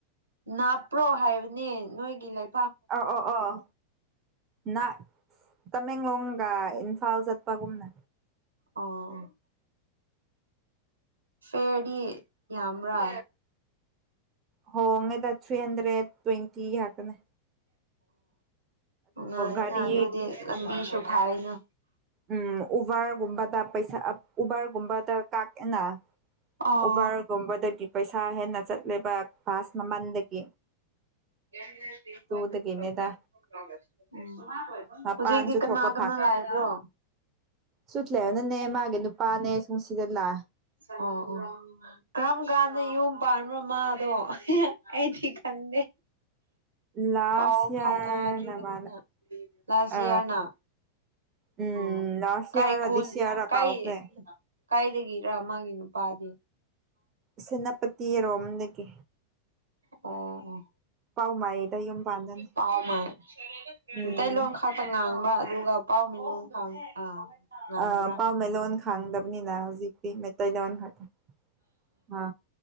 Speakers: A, on the right; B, on the right.
A: ꯅꯥꯞꯄ꯭ꯔꯣ ꯍꯥꯏꯕꯅꯦ ꯅꯣꯏꯒꯤ ꯂꯩ
B: ꯑꯧ ꯑꯣ ꯑꯣ ꯅꯠ ꯇꯃꯦꯡꯂꯣꯡꯒ ꯏꯝꯐꯥꯜ ꯆꯠꯄꯒꯨꯝꯅ
A: ꯑꯣ ꯐꯦꯗꯤ ꯌꯥꯝꯕ꯭ꯔꯥ
B: ꯍꯣꯡꯉꯦꯗ ꯊ꯭ꯔꯤ ꯍꯟꯗ꯭ꯔꯦꯠ ꯇ꯭ꯋꯦꯟꯇꯤ ꯍꯥꯏꯥꯛꯇꯅꯦ
A: ꯑꯣꯉꯥꯏꯅ
B: ꯒꯥꯔꯤ
A: ꯑꯗꯨꯗꯤ ꯂꯝꯕꯤꯁꯨ ꯐꯥꯏꯅ
B: ꯎꯝ ꯎꯕꯔꯒꯨꯝꯕꯗ ꯄꯩꯁꯥ ꯎꯕꯔꯒꯨꯝꯕꯗ ꯀꯥꯛꯑꯦꯅ
A: ꯑꯣ
B: ꯎꯕꯔꯒꯨꯝꯕꯗꯒꯤ
A: ꯎꯝ
B: ꯄꯩꯁꯥ ꯍꯦꯟꯅ ꯆꯠꯂꯦꯕ ꯚꯥꯁ ꯃꯃꯜꯗꯒꯤ
A: <unintelligible>
B: ꯇꯨꯗꯒꯤꯅꯦꯗ
A: ꯎꯝ
B: ꯃꯄꯥꯟꯁꯨ
A: ꯍꯧꯖꯤꯛꯗꯤ ꯀꯅꯥ
B: ꯊꯣꯛꯄ
A: ꯀꯅꯥ ꯂꯥꯏꯕ꯭ꯔꯣ
B: ꯁꯨꯠꯂꯦꯕꯅꯅꯦ ꯃꯥꯒꯤ ꯅꯨꯄꯥꯅꯦ ꯁꯨꯝ ꯁꯤꯖꯤꯜꯂ
A: ꯑꯣ ꯑꯣ ꯀꯔꯝ ꯀꯥꯟꯗ ꯌꯨꯝ ꯄꯥꯟꯕꯅꯣ ꯃꯥꯗꯣ ꯑꯩꯗꯤ ꯈꯗꯦ
B: ꯂꯥꯁ
A: ꯄꯥꯎ
B: ꯌꯥꯔꯅ
A: ꯐꯥꯎꯅꯗ꯭ꯔꯤꯕꯅꯤꯅ
B: ꯃꯥꯜꯂꯦ
A: ꯂꯥꯖꯤꯌꯥꯔꯅ
B: ꯑ ꯎꯝ
A: ꯎ
B: ꯂꯥꯁ
A: ꯀꯥꯏ
B: ꯌꯥꯔ ꯔ
A: ꯈꯣꯜ
B: ꯗꯤꯁ ꯌꯥꯔ ꯔ
A: ꯀꯥꯏ
B: ꯀꯥꯎꯈ꯭ꯔꯦ
A: ꯀꯥꯏꯗꯒꯤꯔ ꯃꯥꯒꯤ ꯅꯨꯄꯥꯗꯤ
B: ꯁꯦꯅꯥꯄꯇꯤ ꯌꯥꯔꯣꯝꯗꯒꯤ
A: ꯑꯣ
B: ꯄꯥꯎꯃꯥꯏꯗ ꯌꯨꯝ ꯄꯥꯟꯗꯅꯤ
A: ꯄꯥꯎ ꯃꯥꯥꯏ
B: ꯎꯝ
A: ꯃꯤꯇꯩꯂꯣꯟ ꯈꯛꯇ ꯉꯥꯡꯕ ꯑꯗꯨꯒ ꯄꯥꯎ ꯃꯤꯅ ꯑꯥ ꯉꯥꯡꯕ꯭ꯔꯥ
B: ꯑ ꯄꯥꯎꯃꯦꯂꯣꯟ ꯈꯥꯡꯗꯕꯅꯤꯅ ꯍꯧꯖꯤꯛꯇꯤ ꯃꯩꯇꯩ ꯂꯦꯟꯑ